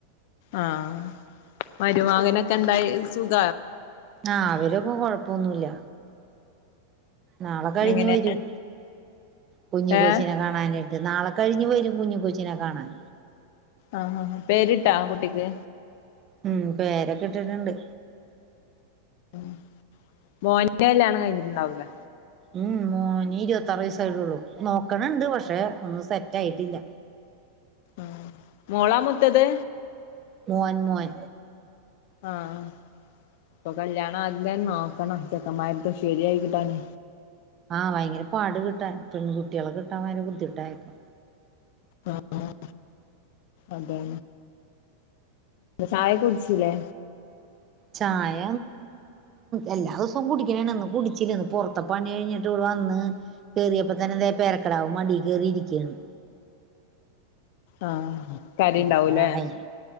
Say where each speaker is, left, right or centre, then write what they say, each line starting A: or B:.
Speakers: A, on the left; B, on the right.
A: അഹ് മരുമാങ്ങനൊക്കെ എന്തായി സുഖ
B: ആഹ് അവരക്ക കൊഴപ്പൊന്നുമല്ല നാളെ കഴിഞ്ഞ്
A: എങ്ങനെ
B: വരും കുഞ്ഞി
A: ഏ
B: കൊച്ചിനെ കാ <unintelligible> നാളെ കഴിഞ്ഞ് വരും കുഞ്ഞ് കൊച്ചിനെ കാണാൻ
A: ആഹ് ആഹ് ആഹ് പേരിട്ടാ കുട്ടിക്ക്
B: ഉം, പേരൊക്കെ ഇട്ട്ട്ട്ണ്ട്.
A: ഉം, മോന്റെ കല്ല്യാണം കഴിഞ്ഞിട്ട്ണ്ടാവൂല.
B: ഉം മൂനി ഇരുപത്താറ് വയസ്സയിട്ടള്ളു നോക്കണിണ്ട് പക്ഷെ ഒന്നും സെറ്റ് ആയിട്ടില്ല
A: ആഹ് മോളാ മൂത്തത്
B: മോൻ മോൻ
A: ആഹ ഇപ്പൊ കല്യാണം ആദ്യമെ നോക്കണം ചെക്കന്മാക്കെ ശെരിയയിക്കിട്ടാണ്
B: ആഹ്, വയങ്കര പാട് കിട്ടാൻ പെൺകുട്ടികളെ കിട്ടാൻ വയങ്കര ബുദ്ധിട്ടായിപ്പം.
A: ആഹ് ആഹ് അതെ ചായ കുടിച്ചില്ലേ
B: ചായ എല്ലാ ദിവസവും കുടിക്കണ ഒന്ന് കുടിച്ചില്ലന്ന് പുൊറത്ത പണി കഴിഞ്ഞിട്ട് ഇവിടെ വന്ന് കേറിയപ്പ തന്നെ ദേ പേരക്കിടാവ് മടീ കേറിയിരിക്കയാണ്
A: ആഹ് കരയുണ്ടാവൂലേ
B: ഇപ്പൊ <unintelligible>